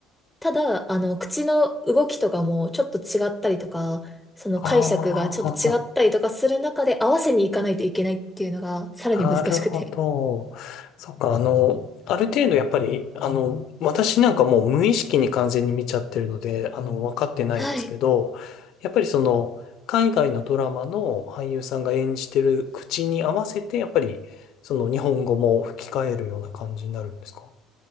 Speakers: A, in the centre; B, on the left (about 65°).
A: ただ、あの、口の動きとかもちょっと違ったりとか、その解釈がちょっと違ったりとかする中で合わせにいかないといけないっていうのがさらに難しくて。
B: ああ、なるほど。そっか、あの、ある程度やっぱり、あの、私なんかもう無意識に完全に見ちゃってるので、あの、分かってないんですけど、
A: はい。
B: やっぱりその、海外のドラマの俳優さんが演じてる口に合わせて、やっぱり、その日本語も吹き替えるような感じになるんですか